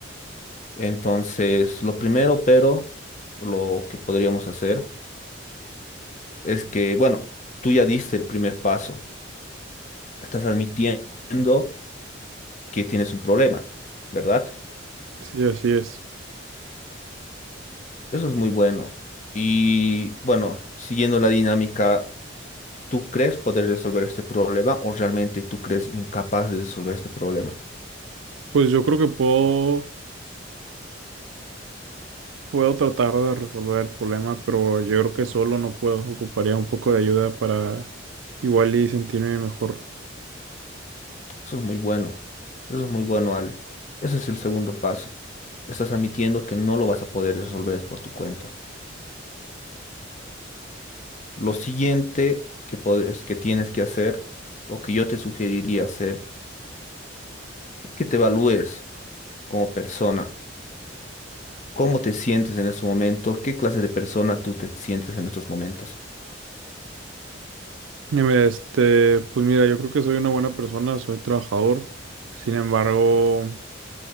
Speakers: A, on the left (about 40°); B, on the right (about 85°).
A: Entonces, lo primero, pero lo que podríamos hacer es que, bueno, tú ya diste el primer paso. Estás admitiendo que tienes un problema, ¿verdad?
B: Sí, así es.
A: Eso es muy bueno. Y bueno, siguiendo la dinámica, ¿tú crees poder resolver este problema o realmente tú crees incapaz de resolver este problema?
B: Pues yo creo que puedo, puedo tratar de resolver el problema, pero yo creo que solo no puedo. Ocuparía un poco de ayuda para igual y sentirme mejor.
A: Eso es muy bueno. Eso es muy bueno, Ale. Ese es el segundo paso. Estás admitiendo que no lo vas a poder resolver por tu cuenta. Lo siguiente que puedes- que tienes que hacer o que yo te sugeriría hacer es que te evalúes como persona, cómo te sientes en este momento, qué clase de persona tú te sientes en estos momentos.
B: Y me- Este, pues mira, yo creo que soy una buena persona, soy trabajador. Sin embargo,